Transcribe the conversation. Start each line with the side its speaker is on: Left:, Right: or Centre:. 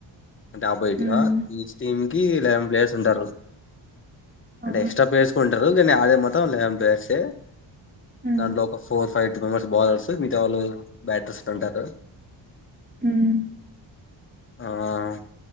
Left: అంట అబ ఇటుగా
Right: ఉమ్
Left: ఈ టీమ్ కి లెవెన్ ప్లేయర్స్ ఉంటారు
Right: ఆ
Left: అంటే ఎక్స్ట్రా ప్లేయర్స్ కు ఉంటారు కానీ అదే మొత్తం మొత్తం లీవెన్ ప్లేయర్స్
Right: ఉమ్
Left: దాంట్లో ఒక four five eight members bowlers మిగా వాళ్ళు బ్యాటర్ ఉంటారు
Right: హమ్
Left: హమ్